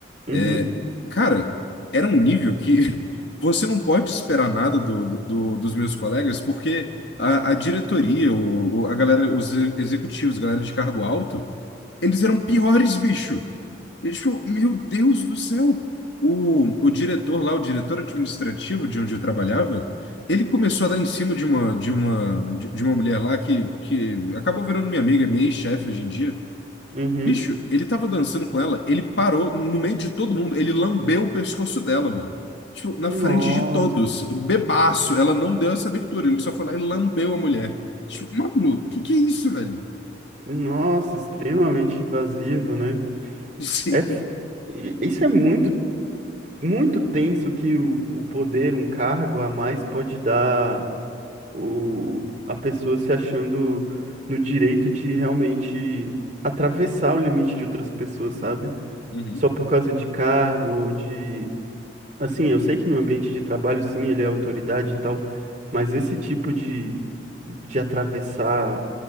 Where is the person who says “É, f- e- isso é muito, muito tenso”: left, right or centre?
Right